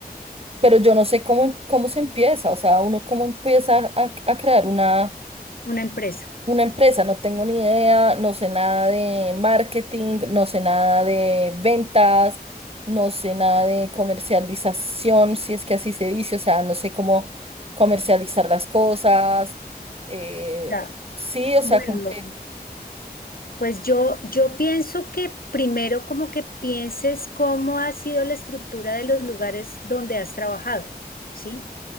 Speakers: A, on the right; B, on the left.
A: pero yo no sé cómo, cómo se empieza. O sea, uno cómo empieza a a crear una
B: una empresa.
A: una empresa, no tengo ni idea, no sé nada de marketing, no sé nada de ventas, no sé nada de comercialización, si es que así se dice, o sea, no sé cómo comercializar las cosas. eh,
B: Ya.
A: sí, o sea,
B: Bueno.
A: como que
B: Pues yo, yo pienso que primero como que pienses cómo ha sido la estructura de los lugares donde has trabajado, ¿sí?